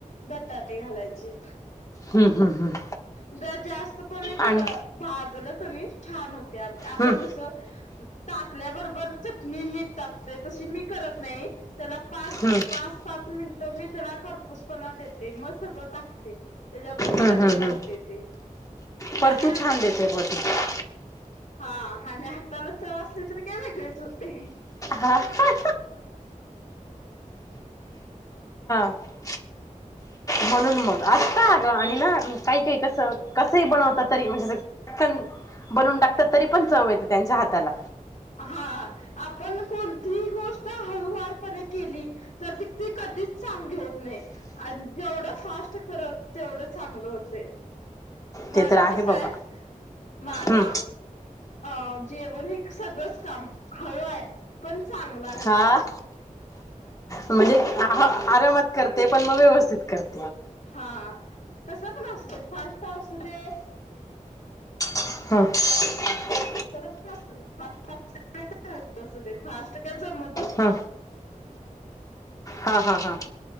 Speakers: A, on the left; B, on the left.
A: बटाटे घालायचे.
B: हम्म हम्म हम्म
A: द जास्त पण हे
B: आणि
A: ख भाजलं कनी छान होते आपण
B: हम्म
A: कसं. टाकल्याबरोबर चटणी मीट टाकतोय तशी मी करत नाई. त्याला पास
B: हम्म
A: पास सात मिनिटं मी त्याला करपूसपणा देते मग सगळं टाकते. तेज्यामुळ <unintelligible>
B: हम्म हम्म हम्म.
A: ते ते
B: पर
A: आणि
B: तू
A: <inaudible>
B: छान देते ब तू
A: हा आणि हाताला चव असली तर काय वेगळीच होते.
B: हां हां <unintelligible> म्हणून मग असता अग आणि ना काही काही कस कसंही बनवत तरी म्हणजे कन बनून टाकतात तरी पण चव येते त्यांच्या हाताला.
A: हा आपण कोणतीही गोष्ट हळूवारपणे केली तर त ती कधीच चांगली होत नाही. आणि जेवढं फास्ट करल तेवढं चांगलं होतय. माझं
B: ते तर आहे
A: कस
B: बाबा
A: आय माझा
B: हम्म
A: अं जेवण हे सगळंच काम हळूय पण चांगलं आहे
B: हा
A: काम.
B: म्हणजे आरामात करते पण मग व्यवस्थित करते.
A: हा कस पण असू दे फास्ट असू दे.
B: हम्म
A: कसं पण असू दे <unintelligible> फास्ट काय जमत.
B: हा हा हा हा